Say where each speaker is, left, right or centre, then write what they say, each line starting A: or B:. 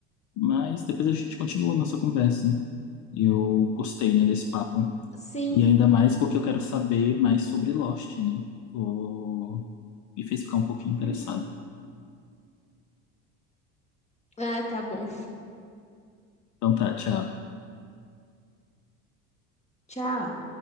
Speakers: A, on the left (about 55°); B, on the left (about 20°).
A: Mas depois a gente continua a nossa conversa. Eu gostei, né, desse papo.
B: Sim.
A: E ainda mais porque eu quero saber mais sobre Lost, né? Tô... Me fez ficar um pouquinho interessado.
B: Uhum. Ah, tá bom.
A: Então tá, tchau.
B: Tchau.